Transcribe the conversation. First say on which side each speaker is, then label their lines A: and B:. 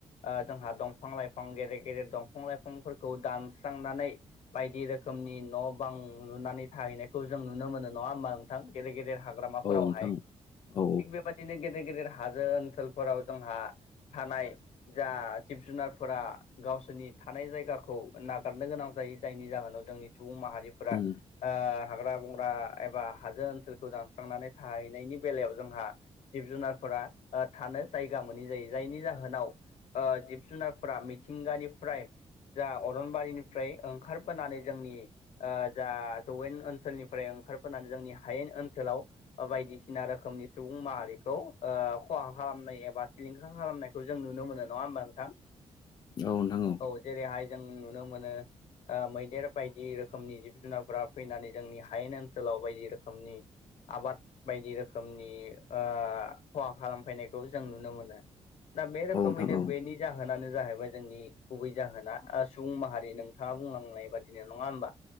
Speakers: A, on the left; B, on the left.
A: ओ जोंहा दंफां लाइफां गेदेर गेदेर दं फां लाइफांफोरखौ दानस्रांनानै बायदि रोखोमनि न' बां लुनानै थाहैनायखौ जों जों नुनो मोनो नङा होमबा नोंथां गेदेर गेदेर हाग्रामाफोरावहाय
B: औ नोंथां औ
A: थिग बेबादिनो गेदेर गेदेर हाजो ओनसोलफोराव जोंहा थानाय जा जिब जुनारफोरा गावसोरनि थानाय जायगाखौ नागारनो गोनां जायो जायनि जाहोनाव जोंनि सुबुं माहारिफोरा
B: उम
A: ओ हाग्रा बंग्रा एबा हाजो ओनसोलखौ दानस्रांनानै थाहैनायनि बेलायाव जोंहा जिब जुनारफोरा ओ थानो जायगा मोनै जायो जायनि जाहोनाव जिब जुनारफोरा मिथिंगानिफ्राय जा अरनबारिनिफ्राय ओंखारबोनानै जोंनि जा जौवेन ओनसोलनिफ्राय ओंखारबोनानै जोंनि हायेन ओनसोलाव ओ बायदिसिना रोखोमनि सुबुं माहारिखौ ओ खहा खहा खालामनाय एबा सिलिंखार खालामनायखौ जों नुनो मोनो नङा होमबा नोंथां
B: औ नोंथां औ
A: औ जेरैहाय जों नुनो मोनो ओ मैदेर बायदि रोखोमनि जिब जुनारफोरा फैनानै जों नि हायेन ओनसोलाव बायदि रोखोमनि आबाद बायदि रोखोमनि ओ खहा खालामफैनायखौ जों नुनो मोनो। दा बे रोखोमैनो
B: औ नोंथां औ
A: बेनि जाहोनानो जाहैबाय जोंनि गुबै जाहोना ओ सुबुं माहारि नोंथाङा बुंलांनाय बादिनो नङा होमबा